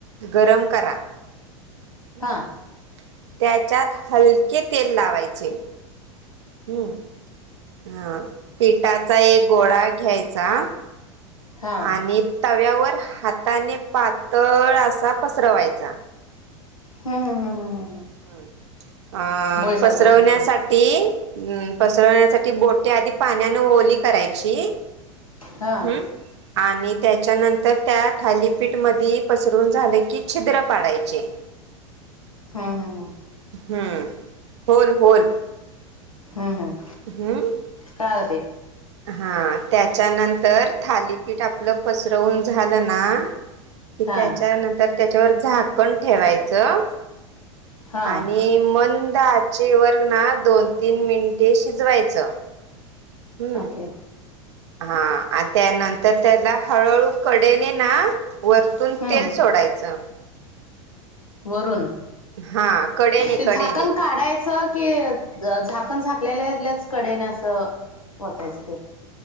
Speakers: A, on the right (about 55°); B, on the left (about 85°).
A: गरम करा. हम्,
B: हा
A: त्याच्यात हलके तेल लावायचे. हम्म, हा पिठाचा एक गोळा घ्यायचा-
B: हा
A: आणि तव्यावर हाताने पातळ असा पसरवायचा.
B: हम् हम हम हम हम!
A: हम् अ
B: सारखं
A: पसरवण्यासाठी- पसरवण्यासाठी बोटे आधी पाण्यान ओली करायची.
B: हा
A: हम्म! आणि त्याच्यानंतर त्या थालीपीठ मधी पसरून झालं की छिद्र पाडायची.
B: हा हा हा!
A: हम्म, होल, होल.
B: हम हम!
A: हम्म!
B: कळालं ते.
A: हा त्याच्यानंतर थालीपीठ आपलं पसरवून झालं ना- कि
B: हा
A: त्याच्यानंतर त्याच्यावर झाकण ठेवायचं.
B: हा
A: आणि मंद आचेवर ना दोन- तीन मिनिटे शिजवायचं. हम्म!
B: ओके
A: हा, त्यानंतर त्याला हळूहळू कडेने ना- वरतून
B: हम्म
A: तेल सोडायचं.
B: वरून.
A: हा कडेने
B: ते
A: कडेने
B: झाकण काढायचं की- झाकण झाकलेलेल्याच कडे ना असं ओतायचं ते?